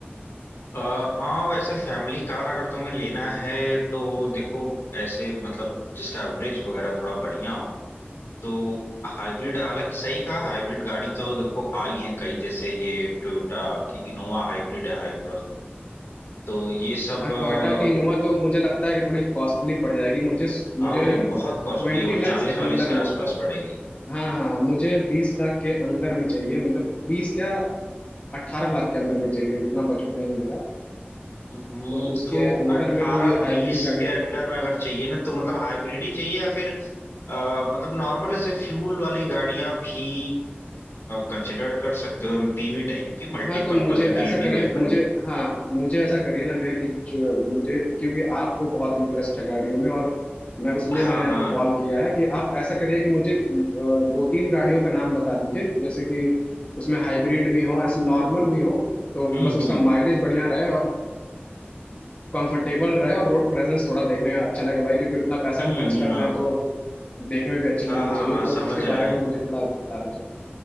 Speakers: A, on the left; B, on the left.
A: आ, हाँ वैसे फैमिली कार अगर तुम्हें लेना है तो देखो ऐसे मतलब जिसका एवरेज वगैरह थोड़ा बढ़िया हो तो हाइब्रिड हालांकि सही कहा हाइब्रिड गाड़ी तो देखो आई हैं कई जैसे ये टोयोटा की इनोवा हाइब्रिड है हाई क्रॉस तो ये सब
B: हाँ
A: अ,
B: टोयोटा की इनोवा तो मुझे लगता है कि थोड़ी कॉस्टली पड़ जाएगी मुझे
A: हाँ
B: मुझे
A: वो
B: ट्वेंटी
A: बहुत कॉस्टली है वो
B: लैक्स
A: चालीस
B: के अंडर
A: वालीस के
B: में
A: आसपास पड़ेगी
B: हाँ हाँ मुझे बीस लाख के अंदर में चाहिए मतलब बीस क्या अट्ठारह लाख के अंदर में चाहिए उतना बजट नहीं है मेरा
A: हम्म,
B: तो उसके
A: तो
B: अंदर
A: अठारह
B: में कोई हाइब्रिड
A: बीस
B: गाड़ियाँ
A: के अंडर में अगर चाहिए ना तो मतलब हाइब्रिड ही चाहिए या फिर आ, मतलब नॉर्मल ऐसे फ्यूल वाली गाड़ियां भी कंसिडर कर सकते हो एमपीवी टाइप की मल्टीपर्पज
B: हाँ तो मुझे
A: यूटिलिटी
B: ऐसा करिए
A: व्हीकल
B: मुझे हाँ मुझे ऐसा करिए ना भैया कि जो मुझे क्योंकि आपको बहुत इंटरेस्ट है गाड़ियों में और मैं उसलिए
A: हाँ
B: मैंने
A: हाँ
B: आपको कॉल किया है कि आप ऐसा करिए कि मुझे दो तीन गाड़ियों का नाम बता दीजिए जैसे कि उसमें हाइब्रिड भी हो और ऐसे नॉर्मल भी हो तो
A: हम्म
B: बस उसका
A: हम्म
B: माइलेज बढ़िया रहे और कंफर्टेबल रहे और रोड प्रेजेंस थोड़ा देखने में अच्छा लगे भाई क्योंकि इतना पैसा
A: हम्म
B: खर्च
A: हम्म,
B: कर
A: हाँ
B: रहे हैं तो देखने में भी अच्छी लगनी
A: हाँ हाँ
B: चाहिए
A: हाँ
B: तो
A: समझ
B: उसके
A: रहे
B: बारे
A: हैं
B: में मुझे थोड़ा बता दीजिए